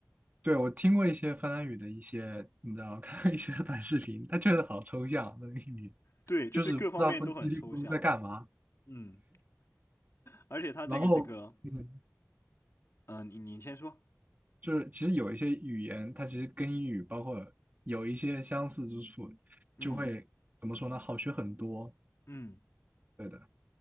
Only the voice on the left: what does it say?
对，就是各方面都很抽象。
嗯。而且他这个这个，
嗯、呃你你先说，
嗯
嗯，